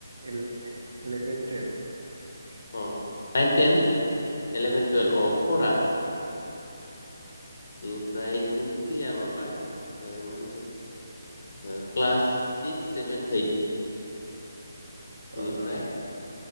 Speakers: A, on the right (about 75°); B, on the left (about 45°).
A: एले इलेभेन टुवेलभ।
B: अ नाइन टेन इलेभेन टुवेल्भ अ फरा। इनिफ्राय आथिं थ्रिया माबा ओ मा होनो इखो क्लास सिक्स सेभेन ओइट। बेनिफ्राय
A: ओ-ओ।